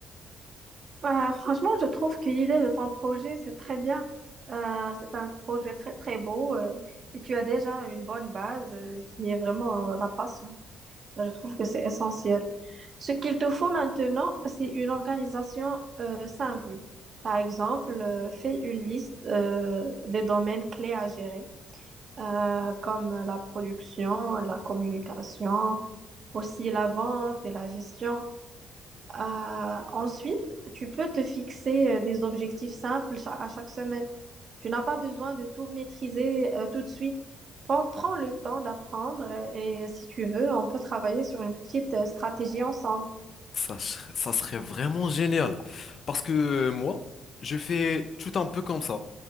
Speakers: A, on the right; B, on the left.
A: Bah, franchement, je trouve que l'idée de ton projet, c'est très bien. Euh, c'est un projet très, très beau euh, et tu as déjà une bonne base euh, qui est vraiment euh, la passion. Je trouve que c'est essentiel. Ce qu'il te faut maintenant, c'est une organisation euh, simple. Par exemple, euh, fais une liste euh, des domaines clés à gérer, euh, comme la production, la communication, aussi la vente et la gestion. Euh, ensuite, tu peux te fixer euh, des objectifs simples cha- à chaque semaine. Tu n'as pas besoin de tout maîtriser euh, tout de suite. Prends, prends le temps d'apprendre euh, et si tu veux, on peut travailler sur une petite euh, stratégie ensemble.
B: Ça, ser- ça serait vraiment génial. Parce que euh, moi, je fais tout un peu comme ça.